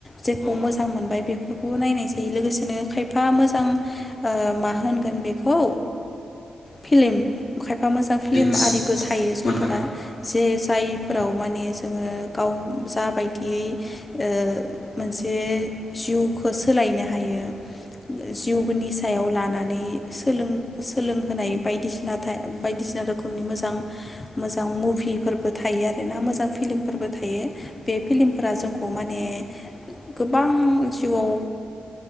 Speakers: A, on the left; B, on the left.
A: जेखौ
B: औ
A: मोजां मोनबाय बेफोरखौ नायनाय जायो लोगोसेनो खायफा मोजां ओ मा होनगोन बेखौ फिलिम खाय फा मोजां फिल्म
B: फिलिंस
A: आरिबो थायो संफोरा
B: मोनदां
A: जे जायफ फोराव माने जोङो गाव जाबायदियै ओ मोनसे जिउखौ सोलायनो हायो जिउनि सायाव लानानै सोलों सोलोंहोनाय बायदिसिना थाइ बायदिसिना रोखोमनि मोजां मोजां मुभिफोरबो थायो आरो रोना मोजां फिलिमफोरबो थायो बे फिलिमफोरा जोंखौ माने गोबां जिउआव